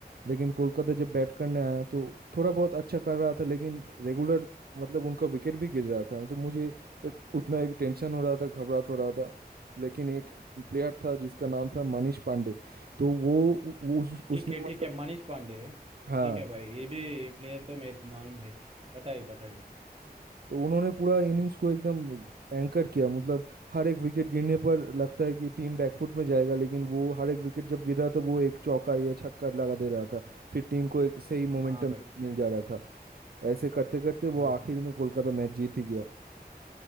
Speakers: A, on the right; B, on the right.
A: लेकिन कोलकाता जब बैट करने आया तो थोड़ा बहुत अच्छा कर रहा था लेकिन रेगुलर मतलब उनका विकेट भी गिर रहा था तो मुझे उतना ही टेंशन हो रहा था घबराहट हो रहा था लेकिन एक प्लेयर था जिसका नाम था मनीष पांडे तो वो उ- उस उसने
B: ठीक है
A: मतलब
B: ठीक है मनीष पांडे है
A: हाँ
B: ठीक है भाई ये भी प्लेयर तो मेरे को मालूम है बताइए बताइए
A: तो उन्होंने पूरा इनिंग्स को एकदम एंकर किया मतलब हर एक विकेट गिरने पर लगता है कि टीम बैकफुट में जाएगा लेकिन वो हर एक विकेट जब गिर रहा था वो एक चौका या छक्का लगा दे रहा था फिर टीम को एक सही मोमेंटम
B: हाँ भाई
A: मिल जा रहा था ऐसे करते करते वो
B: हाँ
A: आखिर
B: भाई
A: में कोलकाता मैच जीत ही गया